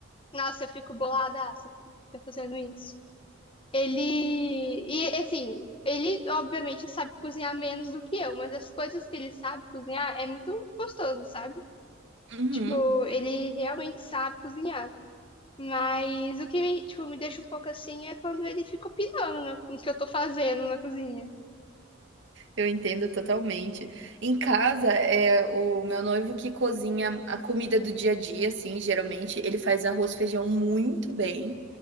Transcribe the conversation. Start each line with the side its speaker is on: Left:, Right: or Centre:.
Left: Nossa, eu fico boladaça quando ele fica fazendo isso. Ele. E assim, ele obviamente sabe cozinhar menos do que eu, mas as coisas que ele sabe cozinhar é muito gostoso, sabe?
Right: Uhum,
Left: Tipo, ele realmente sabe cozinhar. Mas o que me, tipo, me deixa um pouco assim é quando ele fica opinando no, no que eu tô fazendo na cozinha.
Right: eu entendo totalmente. Em casa, é o meu noivo que cozinha a comida do dia a dia, assim, geralmente, ele faz arroz, e feijão muito bem,